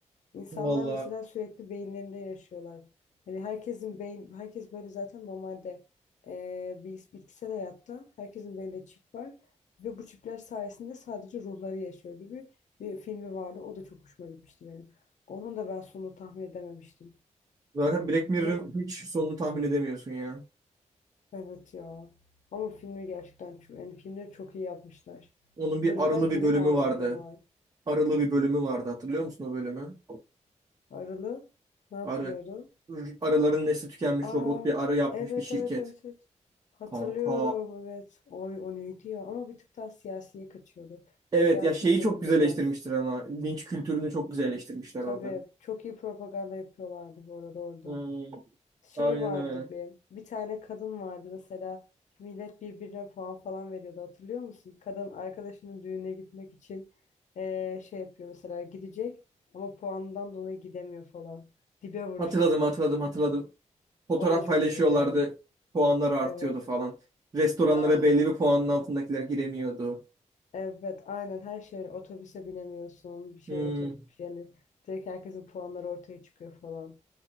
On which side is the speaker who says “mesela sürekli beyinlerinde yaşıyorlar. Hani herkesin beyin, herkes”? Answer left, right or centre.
Left